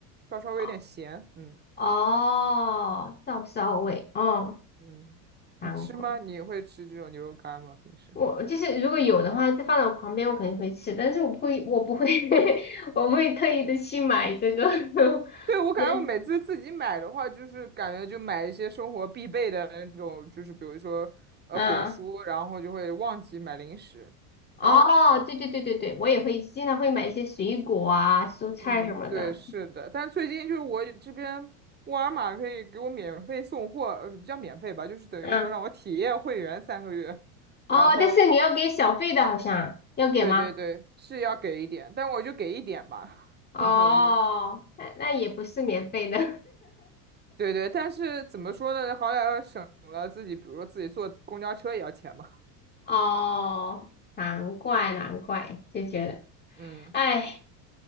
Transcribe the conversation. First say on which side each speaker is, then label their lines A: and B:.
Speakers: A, on the right; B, on the left.
A: 照烧味有点咸，
B: 哦，
A: 嗯
B: 哦，照烧味，哦，
A: 嗯，
B: 韩国。
A: 你吃吗？你会吃这种牛肉干吗？平时？
B: 我就是如果有的话，就放到我旁边，我肯定会吃，但是我不会，我不会，<laughs> 我不会特意的去买这个。<laughs>
A: 对，我感觉我每次自己买的话，
B: 对，
A: 就是感觉就买一些生活必备的那种，就是比如说呃果蔬，
B: 嗯，
A: 然后就会忘记买零食，
B: 哦，
A: 然后
B: 对对对对对，我也会经常会买一些水果啊、蔬菜什么的。
A: 嗯对是的，但是最近就是我这边沃尔玛可以给我免费送货，呃不叫免费吧，就是等于说让我体验会员三个月。
B: 嗯，
A: <laughs>
B: 哦，
A: 然后
B: 但是你要给小费的，好像要给吗？
A: 对对对，是要给一点，但我就给一点吧。
B: 哦，
A: <laughs> 对，
B: 那那也不是免费的。
A: 对对，但是怎么说呢？好歹要省了自己，比如说自己坐公交车也要钱嘛。
B: <laughs> 哦，难怪难怪，就觉得，
A: 嗯，
B: 哎。